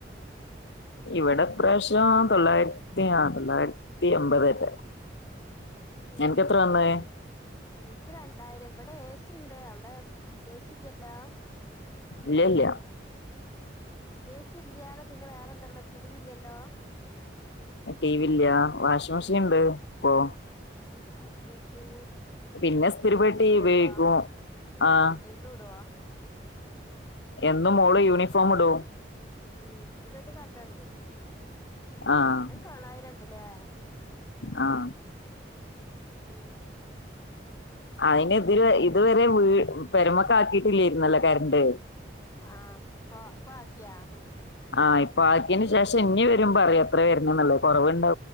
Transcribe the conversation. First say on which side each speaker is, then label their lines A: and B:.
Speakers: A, on the left (about 70°); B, on the left (about 15°).
A: ഇവിടെ പ്രാവശ്യം തൊള്ളായിരത്തി ആ തൊള്ളായിരത്തി എമ്പത് മറ്റെ
B: ഉം
A: നിനക്ക് എത്ര വന്നത്
B: എനിക്ക് രണ്ടായിരം ഇവിടെ എഏ സി ഉണ്ട് അവിടെ എഏ സി ഇല്ലല്ലോ
A: ഇല്ല ഇല്ല
B: എ സി ഇല്ലാതെ പിന്നെ വേറെ എന്താ ഉള്ളത് ടിവി ഇല്ലല്ലോ
A: ടി വി ഇല്ല വാഷിംഗ് മെഷീൻ ഇണ്ട് ഇപ്പ
B: വാഷ് മിഷീന്
A: പിന്നെ ഇസ്തിരിപ്പെട്ടി
B: ഇസ്ഥിരിടുവാ
A: ഉപയോഗിക്കും
B: ഇസ്ഥരിട
A: ആഹ്
B: എന്നും ഇടുവോ
A: എന്നും മോള് യൂണിഫോം ഇടും
B: ഉ ഇസ്തിരിപ്പെട്ടി കണ്ടണ്ട്
A: ആഹ്
B: അൻ തൊള്ളായിരംആണ് അല്ലേ
A: ആഹ്
B: ഉം
A: അയിന് ഇതിര് ഇതുവരെ വീ പെരമൊക്കെ ആക്കിട്ടില്ലായിരുന്നല്ലോ കരണ്ട്
B: ആ പ പ്പാക്കിയാ
A: ആഹ് ഇപ്പൊ ആക്കിന് ശേഷം ഇനി വരും മ്പ അറിയാം എത്ര വരണേഎന്നുള്ളത്കുറവുണ്ടോ